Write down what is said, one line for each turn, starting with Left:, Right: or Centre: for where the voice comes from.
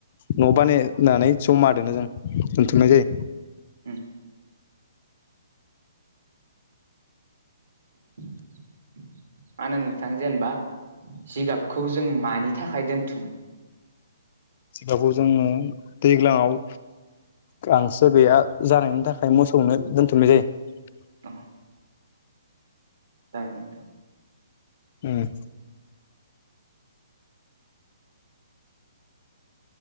Left: न' बानायनानै जमा दोनो जों दोनथुमनाय जायो।
Right: उम। <inaudible> मानो नोंथां जेनेबा जिगाबखौ जों मानि थाखाय दोनथुमनो।
Left: जिगाबाव जोङो दैलाङाव। गांसो गैया जानायनि थाखाय मोसौनो दोनथुमनाय जायो।
Right: औ। ओं नोंथां
Left: उम।